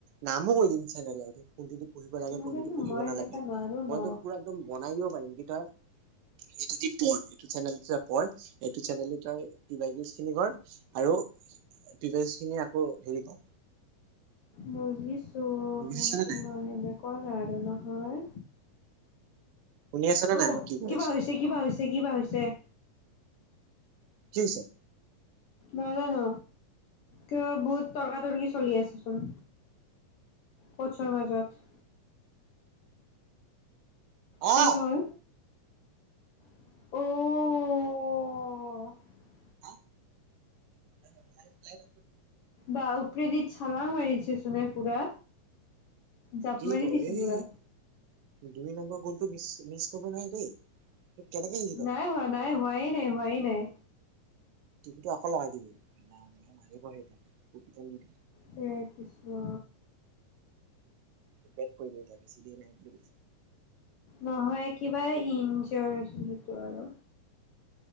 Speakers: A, on the right; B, on the left.
A: নামো কৈ দিম চেনেলৰ ত কোনটোদি পঢ়িব লাগে কোনটো
B: কিন্তু
A: পঢ়িব
B: মই সেনেকা
A: নালাগে
B: নোৱাৰো
A: মইতো
B: ন
A: পুৰা একদম বনাই দিব পাৰিম কি তই এইটো য পঢ় এইটো চেনেল পঢ় এইটো চেনেলিউজ খিনি কৰ আৰু পিজ খিনি আকৌ হেৰি কৰ
B: মগিছ ত
A: বুজিছানে নাই
B: মানে কনে হ ন হয়
A: শুনি আছানে
B: অ
A: নাই মই কি কৈ
B: কিবা
A: আছো
B: হৈছে কিবা হৈছে কিবা হৈছে
A: ছে <unintelligible>
B: নাজানো কিয় বহুত তৰ্কা তৰ্কি চলি আছেচোন পথাৰ মাজত কিবা
A: অ
B: হ'ল অঔ
A: হ ল ল
B: বা উপওৰেদি চালাং মাৰিছে চুনে পুৰা জাপ
A: কি
B: মাৰি
A: কয়
B: দিছে
A: এই
B: পুৰা
A: দুই নম্বৰ গ'লটোিছ মিছ তব নাই দেই এই কেনেকে হেৰি কৰে
B: নাই হোৱা নাই হোৱাই নাই হোৱাই নাই
A: ি আকৌ লগাই দিলো মাৰিব সেইকাৰণে
B: বিয় কৃষ্ণা
A: ট প বা দি
B: নহয় কিবা ইনজৰ হৈছিল সেইটো আৰু